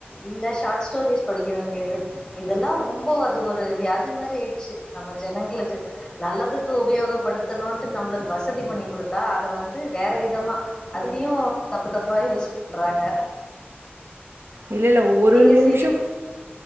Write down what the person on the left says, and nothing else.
இல்ல ஷார்ட் ஸ்டோரிஸ் படிக்க வேண்டியது இதெல்லா ரொம் போ அது ஒரு வியாதி மாரி ஆயிடுச்சு நம்ம ஜனங்களுக்கு நல்லதுக்கு உபயோக படுத்தணுன்ட்டு நம்பளுக்கு வ சதி பண்ணி கொடுத்தா அத வந்து வேற விதமா அதுலயு தப்பு தப்பா யுஸ் பண்றாங்க
நீங்க
சீரிய